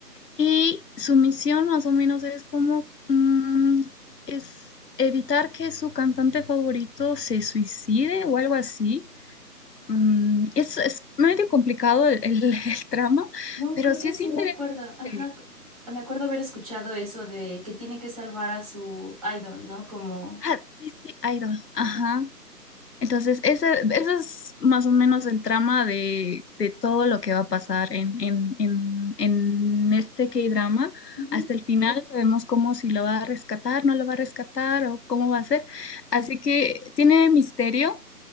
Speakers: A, on the left; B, on the right.
A: Y su misión más o menos es como mm, es evitar que su cantante favorito se suicide o algo así. Mm, es, es medio complicado el, el, <laughs> el trama,
B: No,
A: pero
B: creo
A: sí
B: que sí
A: es interesante.
B: me acuerdo. Ajá. cr- Me acuerdo haber escuchado eso de que tiene que salvar a su idol, ¿no? Como.
A: Ah, sí, sí, Idol. Ajá.
B: Ujú,
A: Entonces, ese, ese es más o menos el trama de, de todo lo que va a pasar en, en, en, en este K-drama.
B: ujú,
A: Hasta el final sabemos cómo si lo va a rescatar, no lo va a rescatar o cómo va a ser. Así que tiene misterio,